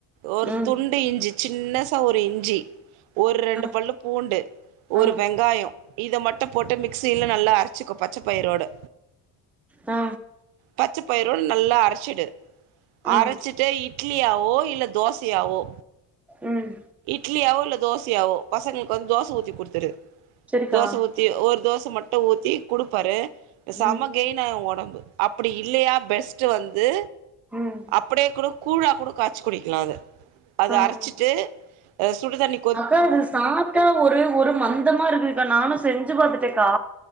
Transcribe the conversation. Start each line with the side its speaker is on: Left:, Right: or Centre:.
Right: ஒரு
Centre: ம்
Right: துண்டு இஞ்சி சின்ன சா ஒரு இஞ்சி ஒரு ரெண்டு
Centre: ஆ
Right: பல்லு பூண்டு ஒரு
Centre: ஆ
Right: வெங்காயோ இத மட்டு போட்டு மிக்ஸியில நல்லா அரச்சிக்கோ பச்ச பயிரோடு
Centre: ஆ
Right: பச்ச பயிரோ நல்லா அரச்சிடு
Centre: ஆ
Right: அரைச்சிட்டு இட்லியாவோ இல்ல தோசையாவோ
Centre: ம்
Right: இட்லியாவோ இல்ல தோசையாவோ பசங்களுக்கு வந்து தோச ஊத்தி குடுத்துரு
Centre: செரிக்கா
Right: தோச ஊத்தி ஒரு தோச மட்டு ஊத்தி குடுப்பாரு செம
Centre: ம்
Right: கெய் என்ன ஒடம்பு அப்டி இல்லயா பெஸ்ட் வந்து
Centre: ம்
Right: அப்டியே கூட கூழா கூட காச் ச்சு குடிக்கலா அத அத
Centre: ஆ
Right: அரைச்சிட்டு
Centre: ஆ
Right: அ சுடுதண்ணி
Centre: அக்கா இது சாப்ட்டா ஒரே ஒரு மந்தமா இருக்குது அக்கா நானு செஞ்சு பாத்துட்டேக்கா